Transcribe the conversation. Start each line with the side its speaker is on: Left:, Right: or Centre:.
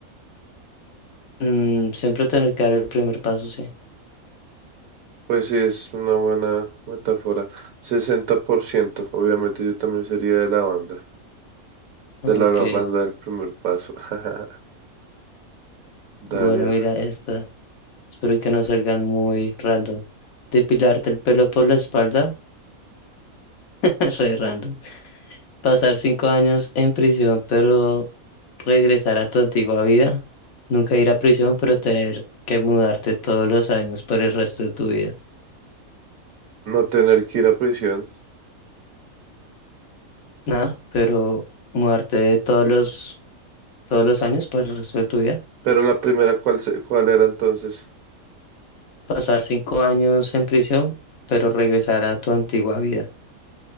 Left: Mm, siempre tener que dar el primer paso, sí.
Right: Pues sí, es una buena metáfora. sesenta por ciento obviamente yo también sería de la banda.
Left: Ok,
Right: De la banda el primer paso. <laughs> Daría.
Left: bueno, mira esta. Espero que no salgan muy random. Depilarte el pelo por la espalda, <laughs> re random.
Right: oh,
Left: Pasar cinco años en prisión, pero regresar a tu antigua vida. Nunca ir a prisión, pero tener que mudarte todos los años por el resto de tu vida.
Right: No tener que ir a prisión.
Left: Nada, pero mudarte de todos los, todos los años por el resto de tu vida.
Right: Pero la primera, ¿cuál, se- cuál era entonces?
Left: Pasar cinco años en prisión, pero regresar a tu antigua vida.